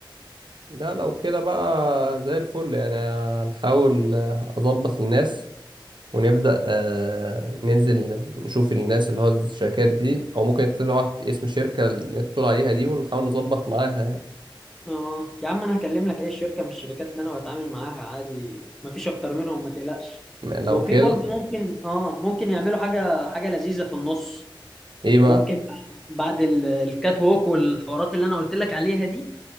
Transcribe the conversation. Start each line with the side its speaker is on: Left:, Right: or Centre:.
Right: لا لو كده بقى زي الفل يعني هنحاول آه، اظبط الناس ونبدأ آه، ننزل نشوف الناس اللي هو الشركات دي أو ممكن تبعت اسم الشركة اللي أنت بتقول عليها دي ونحاول نظبط معاها يعني.
Centre: اه يا عم انا هكلم لك اي شركه من الشركات اللي انا بتعامل معاها عادي مفيش اكتر منهم ما تقلقش وفي
Right: لو كده
Centre: برضه ممكن اه ممكن يعملوا حاجه حاجه لذيذه في النص
Right: إيه بقى
Centre: ممكن بعد ال- الكات ووك والحوارات اللي انا قلت لك عليها دي